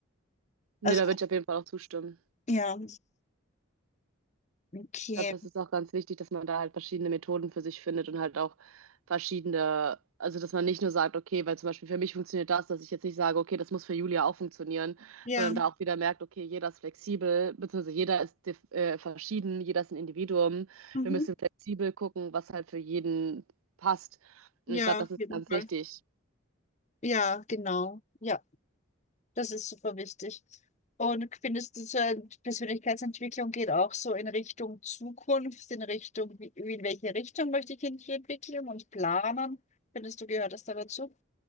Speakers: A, on the right; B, on the left.
A: Nee,
B: Also,
A: da würde ich auf jeden Fall auch zustimmen.
B: ja, okay.
A: Ich glaube, das ist auch ganz wichtig, dass man da halt verschiedene Methoden für sich findet und halt auch verschiedene, also dass man nicht nur sagt, okay, weil zum Beispiel für mich funktioniert das, dass ich jetzt nicht sage, okay, das muss für Julia auch funktionieren,
B: Ja,
A: sondern da auch wieder merkt, okay, jeder ist flexibel, beziehungsweise jeder ist dif- äh, verschieden, jeder ist ein Individuum.
B: mhm.
A: Wir müssen flexibel gucken, was halt für jeden passt.
B: Ja,
A: Und ich glaube, das
B: auf
A: ist
B: jeden
A: ganz
B: Fall.
A: wichtig.
B: Ja, genau. Ja. Das ist super wichtig. Und findest du, so eine Persönlichkeitsentwicklung geht auch so in Richtung Zukunft, in Richtung, wie, wie- in welche Richtung möchte ich mich entwickeln und planen? Findest du, gehört das da dazu?